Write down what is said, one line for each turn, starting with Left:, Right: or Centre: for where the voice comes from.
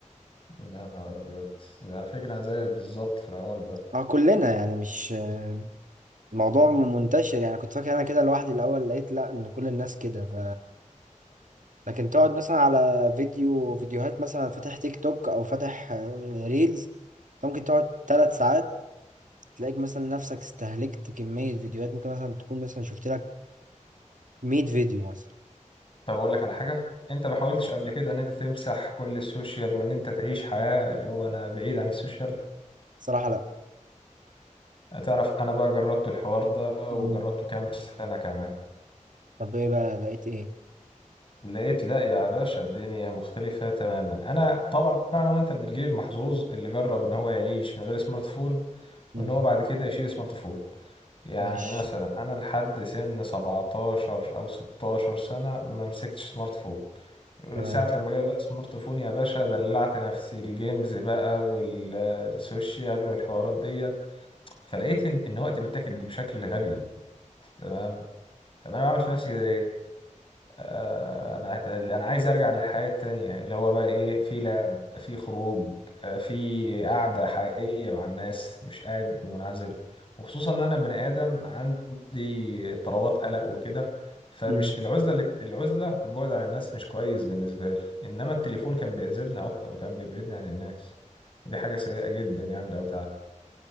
Left: يا نهار ابيض على فكره انا زيك بالظبط في الحوار ده
Right: اه كلنا يعني مش آه، الموضوع منتشر يعني كنت فاكر انا كده لوحدي الاول لقيت لا ان كل الناس كده ف لكن تقعد مثلا على فيديو فيديوهات مثلا فاتح تيك توك او فاتح آه، ريلز ممكن تقعد ثلاث ساعات تلاقيك مثلا نفسك استهلكت كمية فيديوهات ممكن مثلا تكون مثلا شفت لك 100 فيديو مثلا
Left: طب اقول لك على حاجه انت ما حاولتش قبل كده ان انت تمسح كل السوشيال وان انت تعيش حياه اللي هو انا بعيد عن السوشيال
Right: صراحة لا
Left: تعرف انا بقى جربت الحوار ده
Right: مم.
Left: وجربته كام سنه كمان
Right: طب ايه بقى لقيت ايه
Left: لقيت لا يا باشا الدنيا مختلفة تماما أنا طبعا أنا وأنت من الجيل المحظوظ اللي جرب إن هو يعيش من غير سمارت فون
Right: مم.
Left: وإن هو بعد كده يشيل سمارت فون يعني
Right: ماشي
Left: مثلا أنا لحد سن 17 أو 16 سنة ما مسكتش سمارت فون
Right: تمام
Left: ساعة لما جالي بقى سمارت فون يا باشا دلعت نفسي الجيمز بقى والسوشيال والحوارات ديت فلقيت إن إن وقتي متاكل بشكل غبي تمام طب أنا بعمل في نفسي كده ليه؟ آه، انا عايز انا عايز ارجع للحياة التانية اللي هو بقى ايه في لعب في خروج آه، في قعدة حقيقية مع الناس مش قاعد منعزل وخصوصا ان انا بني ادم عندي اضطرابات قلق وكده فمش
Right: مم.
Left: العزلة اللي العزلة البعد عن الناس مش كويس بالنسبة لي انما التليفون كان بيعزلنا اكتر وكان بيبعدني عن الناس ودي حاجة سيئة جدا يعني لو تعالى